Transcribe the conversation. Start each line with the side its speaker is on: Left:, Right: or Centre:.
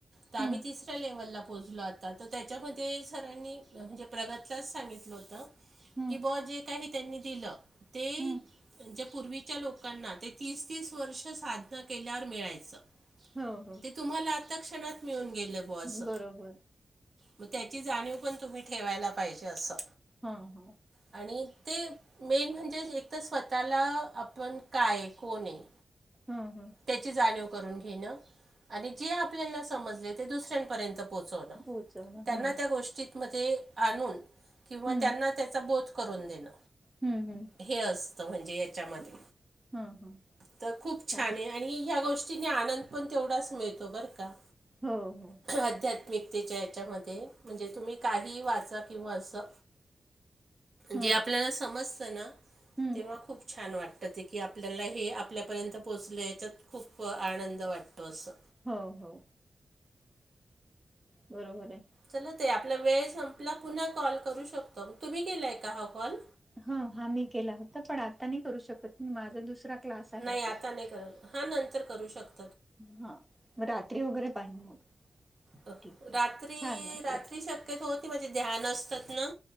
Right: तर आम्ही
Centre: हम्म
Right: तिसऱ्या लेव्हलला पोहोचलो आता त्याच्यामध्ये सरांनी म्हणजे प्रगतलाच सांगितलं होत
Centre: हम्म
Right: की बॉस जे काही त्यांनी दिलं ते
Centre: हम्म
Right: म्हणजे पूर्वीच्या लोकांना ते तीस तीस वर्ष साधन केल्यावर मिळायचं.
Centre: हो हो!
Right: ते तुम्हाला अथक क्षणात मिळून गेलं बो असं.
Centre: बरोबर
Right: म त्याची जाणीव पण तुम्ही ठेवायला पाहिजे असं.
Centre: हा हा!
Right: आणि ते मेन म्हणजे एक तर स्वतःला आपण काय हाय कोण हाय.
Centre: हम् हं
Right: त्याची जाणीव करून घेण. आणि जे आपल्यांना समजले ते दुसऱ्यांपर्यंत पोहोचवण
Centre: पोहोचवलं
Right: त्यांना
Centre: हा
Right: त्या गोष्टी मध्ये आणून किंवा
Centre: हम्म
Right: त्यांना त्याचा बोध करून देण.
Centre: हम्म हम्म
Right: हे असतं म्हणजे याच्यामध्ये
Centre: हा हा
Right: तर खूप छान
Centre: अच्छा
Right: आहे आणि ह्या गोष्टींनी आनंद पण तेवढाच मिळतो बरं का
Centre: हो हो
Right: आध्यात्मिक. त्याच्या याच्यामध्ये म्हणजे तुम्ही काहीही वाचा किंवा असं.
Centre: हा
Right: जे आपल्याला समजत ना
Centre: हम्म
Right: तेव्हा खूप छान वाटत ते की आपल्याला हे आपल्यापर्यंत पोचलो याच्यात खूप आनंद वाटतो असं.
Centre: हो हो बरोबर आहे.
Right: चला ताई आपला वेळ संपला पुन्हा कॉल करू शकतो. मग तुम्ही केलाय का हा कॉल?
Centre: हं हा मी केला होता पण आता नाही करू शकत माझा दुसरा क्लास आहे
Right: नाही आता नाही करत हा नंतर करू शकत
Centre: हा मग रात्री वगैरे पाहिन मग.
Right: अ
Centre: ठीक आहे.
Right: रात्री
Centre: छान वाटलं
Right: रात्री शक्य <unintelligible> न ध्यान असतात ना